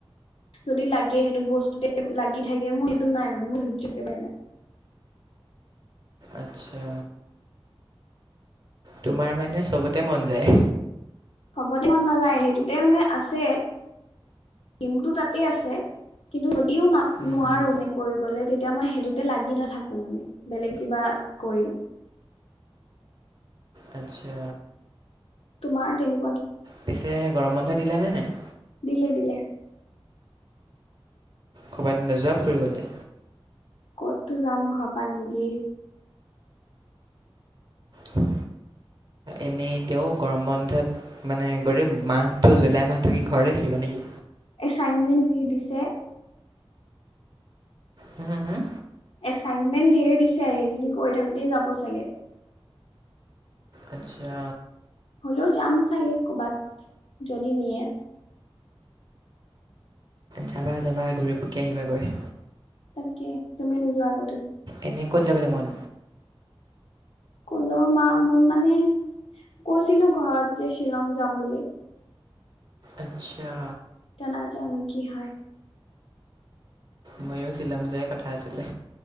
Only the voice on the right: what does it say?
আচ্ছা। তোমাৰ মানে চবতে মন যায়।
উম, উম,
আতচ্ছা।
পিছে গৰম বন্ধ দিলে নে নাই?
কবাত নোযোৱা ফুৰিবলে?
হয়। এনেই তেও গৰম বন্ধত মানে গটেই মাহটো জুলাই মাহটো কি ঘৰতে থাকিবা নেকি?
হম, হু হুম।
আচ্ছা।
যাবা যাবা ঘূৰি পকি আহিবাগৈ।
এনে ক'ত যাবলৈ মন।
আচ্ছা।
ময়ো শ্বিলং যোৱাই কথা আছিলে।